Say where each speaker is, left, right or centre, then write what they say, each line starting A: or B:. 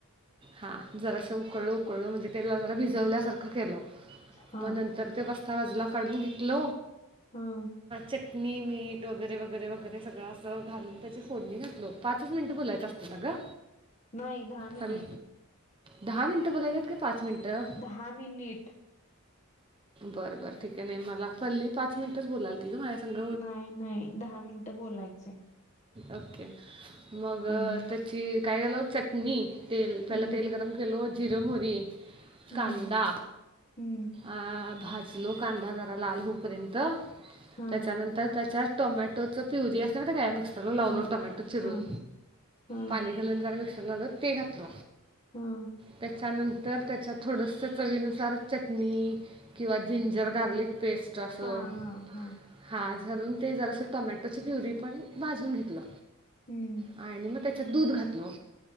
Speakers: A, on the right (about 25°); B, on the left (about 35°).
A: हा जरास उकळ उकळलं म्हणजे तेला जरा भिजवल्यासारखं केलं.
B: हा
A: मग नंतर तो पास्ता बाजूला काढून घेतल.
B: हम्म!
A: चटणी मीठ वगैरे वगैरे वगैरे सगळं असं घालून त्याची फोडणी घातलो. पाचच मिनटं बोलायचं असतं ना ग?
B: नाही दहा मिनिट
A: चाल दहा मिनटं बोलायच का पाच मिनटं!
B: दहा मिनिट
A: बर बर ठीक आहे नाही मला पल्ली पाच मिनिटच बोलाल तिज माझ्या संग
B: नाही नाही दहा मिनट बोलायचंय.
A: ओके, मग
B: हम्म.
A: त्याची काय केलो चटणी तेल पहिल
B: हम्म.
A: तेल गरम केलो जिर, मोहरी,
B: हम्म
A: कांदा
B: हम्म
A: आ भाजलो कांदा जरा लाल होऊपर्यंत.
B: हा
A: त्याच्यानंतर त्याच्यात टोमॅटोच प्युरी मस्त माहिती आहे काय मिक्स सगळ लावलो
B: हम्म.
A: टोमॅटो चिरून
B: हा हा
A: पाणी घालून जरा मिक्सर आल ते घातल.
B: हम्म!
A: त्याच्यानंतर त्याच्यात थोडस चवीनुसार चटणी किंवा जिंजर गार्लिक पेस्ट असं
B: हा हा हा!
A: हा घालून ते जरा असं टोमॅटोची प्युरी पण भाजून घेतलं.
B: हम्म
A: आणि मग त्याच्यात दूध घातलो.